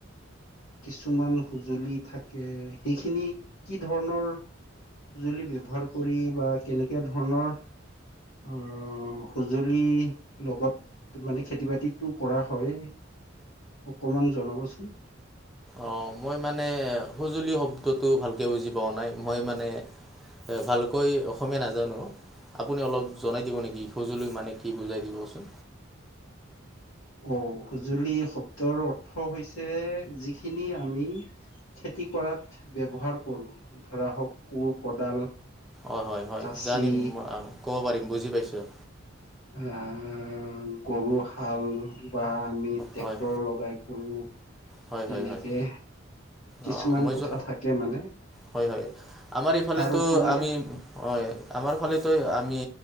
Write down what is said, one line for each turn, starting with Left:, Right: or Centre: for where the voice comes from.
Left: কিছুমান সুঁজুলি থাকে সেইখিনি কি ধৰণৰ। সঁজুলি ব্যৱহাৰ কৰি বা কেনেকে ধৰণৰ আ সঁজুলি লগত। মানে খেতি বাতিটো কৰা হয় অকমান জনাবচোন।
Centre: অ মই মানে সঁজুলি শব্দটো ভালকে বুজি পাোৱা নাই মই মানে। ভালকৈ অসমীয়া নাজানো। আপুনি অলপ জনাই দিব নেকি সঁজুলি মানে কি বুজাই দিবচোন।
Left: অ সঁজুলি শব্দৰ অৰ্থ হৈছে যিখিনি আমি। খেতি কৰাত ব্যৱহাৰ কৰোঁ ধৰা হওঁক কোৰ কদাল।
Centre: অ' হয় - হয়।
Left: কাচি
Centre: জানিম ম- অ' ক'ব পাৰিম। বুজি পাইছোঁ।
Left: অ' গৰু-হাল বা আমি টেক্টৰ
Centre: হয়,
Left: লগাই কৰোঁ।
Centre: হয়,
Left: তেনেকে
Centre: হয়, হয়,
Left: কিছুমান
Centre: অ', মই
Left: কথা
Centre: জ
Left: থাকে মানে
Centre: হয় - হয়। আমাৰ এইফালেতো
Left: তাৰ উপৰিও
Centre: আমি- হয় আমাৰ ফালেতো আমি